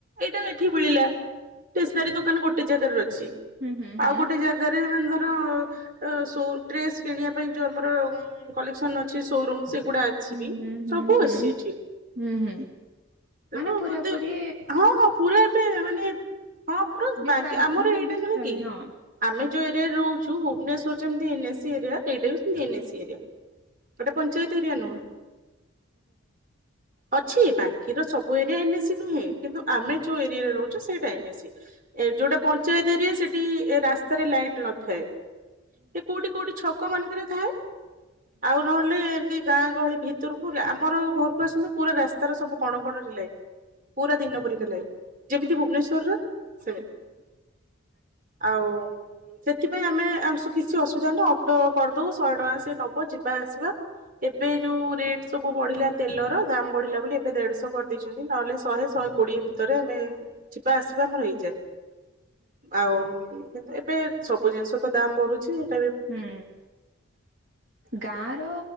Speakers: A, on the right (about 40°); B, on the right (about 65°).
A: ଏଇଟା ଏଠି ମିଳିଲା। ଟେସନାରି ଦୋକାନ୍ ଗୋଟେ ଜାଗାରେ ଅଛି।
B: ହୁଁ ହୁଁ
A: ଆଉ
B: ହୁଁ
A: ଗୋଟେ ଜାଗାରେ ମାନେ ଧର ସୋ ଡ୍ରେସ କିଣିବା ପାଇଁ ଯୋଉ ଆମର କଲେକ୍ସନ୍ ଅଛି ଶୋରୁମ୍ ସେଗୁଡା ଅଛି। ଅଛି
B: ହୁଁ
A: ବି।
B: ହୁଁ ହୁଁ
A: ସବୁ
B: ହୁଁ
A: ଅଛି ଏଠି।
B: ହୁଁ ହୁଁ ମାନେ
A: ରୁହ
B: ପୁରାପୁରି
A: ମତେ, ପୁରା ଏବେ ମାନେ ହଁ ପୁରୁଶ୍
B: ବିସ୍ତାର
A: ବାଙ୍କି ଆମର
B: ମାନେ
A: ଏଇଟା
B: ବିସ୍ତାର
A: ନୁହଁ କି।
B: ହଁ
A: ଆମେ ଯେଉଁ ଏରିଆରେ ରହୁଚୁ ଭୁବନେଶ୍ୱର୍ ଯେମିତି ଏନ୍ ଏସି ଏରିଆ ଏଇଟା ବି ସେମତି ଏନ୍ ଏସି ଏରିଆ। ଏଟା ପଞ୍ଚାୟତ ଏରିଆ ନୁହଁ। ଅଛି ବାଙ୍କିର ସବୁ ଏରିଆ ଏନ୍ ଏସି ନୁହେଁ। କିନ୍ତୁ ଆମେ ଯୋଉ ଏରିଆ ରେ ରହୁଚୁ ସେଇଟା ଏନ୍। <unintelligible> ଏ ଯୋଉଟା ପଞ୍ଚାୟତ ଏରିଆ ସେଠି ରାସ୍ତା ରେ ଲାଇଟ୍ ନଥାଏ। ଏ କୋଉଠି କୋଉଠି ଛ କୋଉମାନଙ୍କର ଥାଏ? ଆଉ ନ ହେଲେ ଏମିତି ଗାଁଆ ଗହଳି ‌ଭିତୁରୁ। ପୁରା ଆମର ଘରକୁ ଆସନ୍ତୁ ପୁରା ରାସ୍ତାର ସବୁ କଣ କଣ ରିଲେ। ପୁରା ଦିନ ପରିକା ଲାଗେ ଯେମିତି ଭୁବନେଶ୍ୱର୍ ର ସେମିତି। ଆଉ ସେଥିପାଇଁ ଆମେ ଆଉ କିଛି ଅସୁବିଧା ନାହିଁ ଅଟୋ କରିଦଉ ଶହେ ଟଙ୍କା ସେ ନବ ଯିବା ଆସିବା ଏବେ ଯୋଉ ରେଟ୍ ସବୁ ବଢ଼ିଲା ତେଲର ଦାମ୍ ବଢ଼ିଲା ବୋଲି ଏବେ ଦେଢ଼ଶହ କରିଦେଇଛନ୍ତି ନହେଲେ ଶହେ ଶହେ କୋଡ଼ିଏ ଭିତରେ ଆମେ ଯିବା ଆସିବା ଆମର ହେଇଯାଏ ଆଉ ଏବେ ସବୁ ଜିନିଷ ତ ଦାମ୍ ବଢୁଛି ଆଉ।
B: ହୁଁ
A: <inaudible>
B: ଗାଁ ର